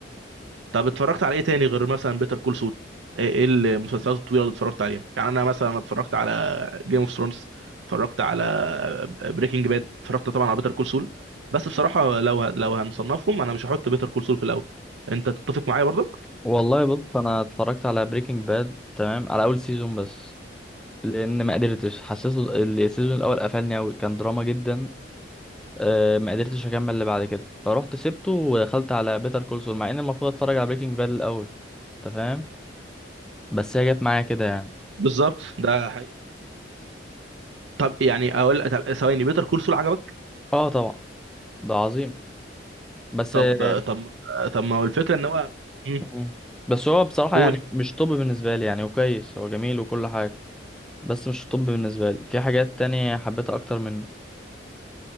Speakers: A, on the right; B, in the centre.
A: طب اتفرجت على ايه تاني غير مثلا بيتر كول سول ايه إيه المسلسلات الطويله اللي اتفرجت عليها يعني انا مثلا اتفرجت على جيم اوف ثرونز اتفرجت على بريكنج باد اتفرجت طبعا على بيتر كول سول بس بصراحه لو ه- لو هنصنفهم انا مش هحط بيتر كول سول في الاول انت تتفق معايا برضك
B: والله بص انا اتفرجت على بريكنج باد تمام على اول سيزون بس لان ما قدرتش حسيته السيزون الاول قفلني قوي كان دراما جدا آه، ما قدرتش اكمل اللي بعد كده فروحت سبته ودخلت على بيتر كول سول مع ان المفروض اتفرج على بريكنج باد الاول انت فاهم بس هي جت معايا كده يعني
A: بالظبط ده حقيقي طب يعني اقول طب ثواني بيتر كول سول عجبك
B: اه طبعا ده عظيم بس
A: طب
B: آه،
A: طب طب ما هو الفكره ان هو مم.
B: مم. بس هو بصراحة
A: قول
B: يعني مش طب بالنسبة لي يعني وكويس هو جميل وكل حاجة بس مش طب بالنسبة لي في حاجات تانية حبيتها اكتر من